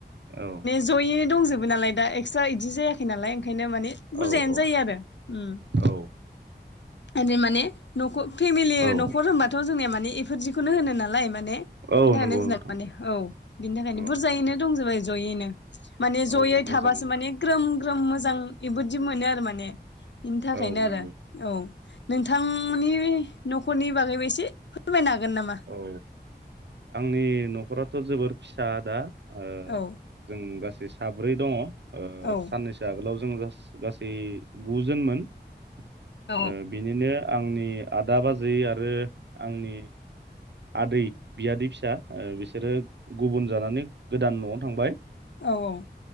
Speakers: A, on the right (about 75°); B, on the left (about 85°).
A: औ
B: जयैनो दंजोबो नालाय दा एक्सट्रा इदि जायाखै नालाय ओंखायनो माने
A: औ
B: बुरजायानो
A: औ
B: जायो आरो उम
A: औ
B: ओरै माने नख' फेमिलि
A: औ
B: न'खर होनबा थ' जोंनिया माने इफोर दिखौनो होनो नालाय माने
A: औ
B: बिनि थाखायनो
A: नंगौ नोंथां
B: जों माने औ बिनि थाखायनो
A: औ
B: बुरजायैनो दंजोबो जयैनो माने
A: औ
B: जयै
A: मोजां
B: थाबासो माने ग्रोम ग्रोम मोजां बेबोदि मोनो आरो माने इनि थाखायनो
A: औ
B: आरो
A: नंगौ
B: औ नों थांमोननि न'खरनि बागैबो एसे फोरमायनो हागोन नामा
A: औ आंनि न'खराथ' जोबोर फिसा दा ओ
B: औ
A: जों गासै साब्रै दङ' ओ
B: औ
A: साननैसो आगोलाव जों जास गासै गुजोनमोन ओ
B: औ
A: बि निनो आंनि आदा बाजै आरो आंनि आदै बियादै फिसा ओ बिसोरो गुबुन जानानै गोदान न'आव थांबाय
B: औ औ